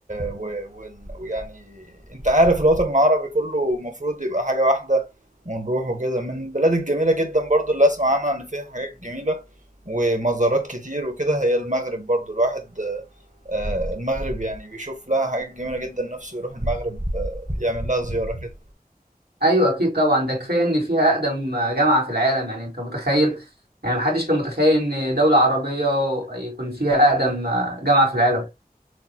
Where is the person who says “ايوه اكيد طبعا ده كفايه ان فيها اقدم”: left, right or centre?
Right